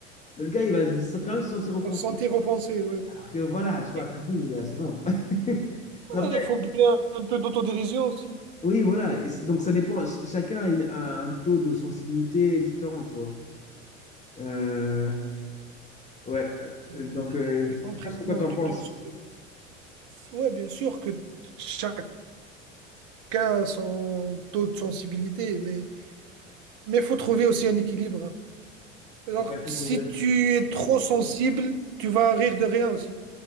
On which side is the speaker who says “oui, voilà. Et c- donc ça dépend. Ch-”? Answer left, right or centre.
Left